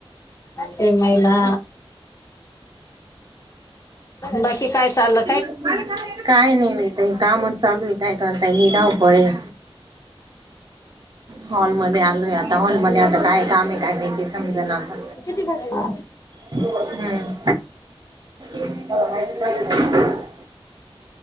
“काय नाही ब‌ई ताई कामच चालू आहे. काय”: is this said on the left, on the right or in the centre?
Right